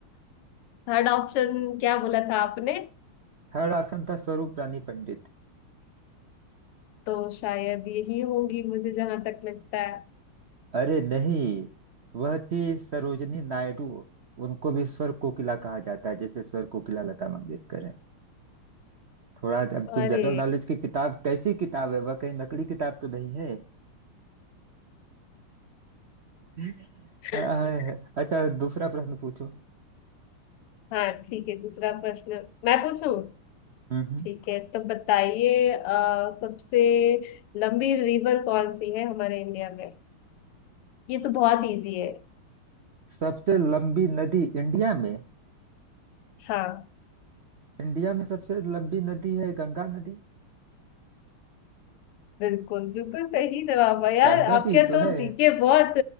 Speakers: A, on the left; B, on the right.
A: थर्ड ऑप्शन <laughs> क्या बोला था आपने
B: थर्ड ऑप्शन था स्वरूप रानी पंडित
A: तो शायद यही होंगी मुझे जहां तक लगता है
B: अरे नहीं वह थी सरोजनी नायडू उनको भी स्वर कोकिला कहा जाता है जैसे स्वर कोकिला लता मंगेशकर है थोड़ा अब
A: अरे
B: तुम जनरल नॉलेज की किताब कैसी किताब है वह कहीं नकली किताब तो नहीं है <laughs>
A: <laughs>
B: आह, अच्छा दूसरा प्रश्न पूछो हम्म
A: हाँ ठीक है दूसरा प्रश्न मैं पूछूं
B: हम्म।
A: ठीक है तो बताइए अ, सबसे लंबी रिवर कौन सी है हमारे इंडिया में ये तो बहुत इजी है
B: सबसे लंबी नदी इंडिया में
A: हाँ
B: इंडिया में सबसे लंबी नदी है गंगा नदी
A: बिल्कुल बिल्कुल सही जवाब है यार
B: गंगा
A: आपके
B: जी ही तो
A: तो
B: है
A: जीके बहुत